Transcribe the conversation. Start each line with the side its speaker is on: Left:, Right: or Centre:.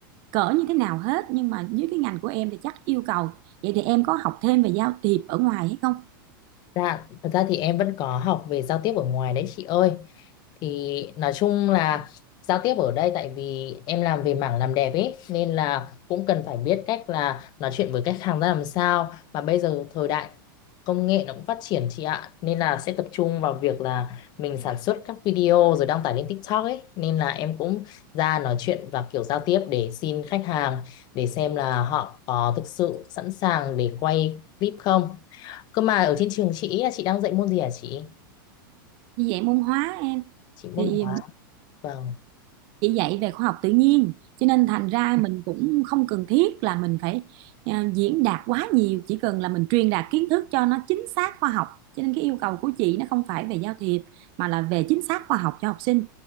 Right: cỡ như thế nào hết nhưng mà dưới cái ngành của em thì chắc yêu cầu vậy thì em có học thêm về giao tiếp ở ngoài hay không
Left: Dạ, thật ra thì em vẫn có học về giao tiếp ở ngoài đấy chị ơi. Thì nói chung là giao tiếp ở đây tại vì em làm về mảng làm đẹp ấy nên là cũng cần phải biết cách là nói chuyện với khách hàng ra làm sao. Mà bây giờ thời đại công nghệ nó cũng phát triển chị ạ. Nên là sẽ tập trung vào việc là mình sản xuất các video rồi đăng tải lên TikTok ấy. Nên là em cũng ra nói chuyện và kiểu giao tiếp để xin khách hàng để xem là họ có thực sự sẵn sàng để quay clip không. Cơ mà ở trên trường chị ý là chị đang dạy môn gì hả chị?
Right: như vậy môn hóa em
Left: Chị môn
Right: thì
Left: hóa. Vâng.
Right: chỉ dạy về khoa học tự nhiên cho nên thành ra mình cũng không cần thiết là mình phải à, diễn đạt quá nhiều chỉ cần là mình truyền đạt kiến thức cho nó chính xác khoa học cho nên cái yêu cầu của chị nó không phải về giao thiệp mà là về chính xác khoa học cho học sinh